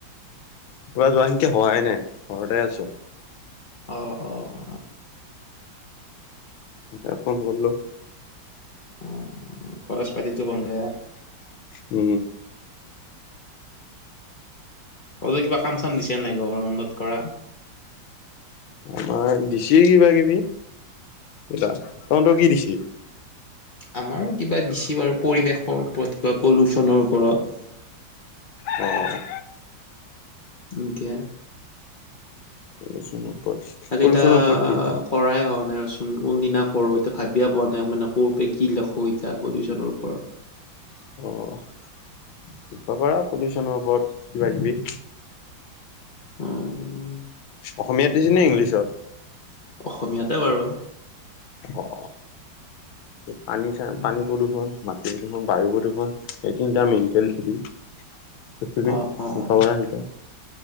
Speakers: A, on the left; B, on the left.
A: কিবা যোৱা সিংকা হোৱাই নাই, ঘৰতে আছো।
B: অ', অ'।
A: তেতিয়া ফোন কৰলোঁ।
B: অ', কলেছ পাতিটো বন্ধ।
A: উ।
B: তোমালোকক কিবা কাম চাম দিছে নাই গৰমৰ বন্ধত কৰা।
A: আমাৰ দিছে কিবা কিবি। <unintelligible> তহঁতৰ কি দিছি?
B: আমাৰো কিবা দিছি বাৰু পৰিৱেশৰ ওপৰত কিবা পলুচনৰ ওপৰত।
A: অ'।
B: এনকে।
A: পলিউচনৰ ওপৰত
B: আজিতাক।
A: পলিউচনৰ ওপৰত কি?
B: কৰাই হোৱা নাই, ৰচোন কোনদিনা কৰোঁ এতিয়া ভাবিয়ে পোৱা নাই মানে কতে কি লিখো এতিয়া পলিউচনৰ ওপৰত।
A: অ' ভবা পলিউচনৰ ওপৰত কিবা-কিবি।
B: উম,
A: অসমীয়াত দিছে নে ইংলিছত?
B: অসমীয়াতে বাৰু।
A: অ' পানী চা
B: উম,
A: পানী প্ৰদূষণ মা প্ৰদূষখন বায়ু প্ৰদূষণ এই তিনিটা মেণ্টেলটি চ আহে
B: অ', অ',
A: <unintelligible>